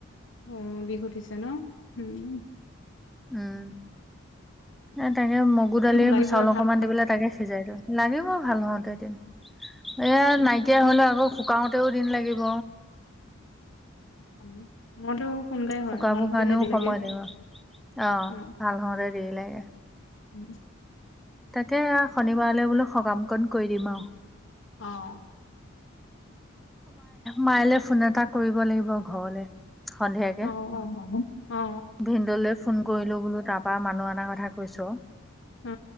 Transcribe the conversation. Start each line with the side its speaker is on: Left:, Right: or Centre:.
Left: অঁ, বিষ উঠিছে ন'? উম
Centre: উম, এ তাকে মগু দালিত
Left: লাগিবই
Centre: চাউল
Left: ভাল
Centre: অকমান দি পেলাই তাকে সিজাই দিওঁ। লাগিব ভাল হওঁতে এদিন। এয়া নাইকিয়া হলে আকৌ শুকাওঁতেওঁ দিন লাগিব।
Left: উম মইটো সোনকালে
Centre: শুকাব
Left: হ'য়, ভাল হ'বলেহে
Centre: কাৰণেও
Left: দেৰি
Centre: সময়
Left: লাগে।
Centre: লাগিব অ
Left: অঁ
Centre: ভাল হওঁতে দেৰি লাগে
Left: ওঁ ওঁহ্‌
Centre: তাকে শনিবাৰলৈ বোলো সকাম কণ কৰি দিম আৰু।
Left: অ',
Centre: মায়লৈ ফোন এটা কৰিব লাগিব ঘৰলে সন্ধিয়াকে
Left: অ অ অ অ
Centre: ভিনডলে ফোন কৰিলো বোলো তাৰ পৰাা মানুহ অাৰ কথা কৈছ
Left: অ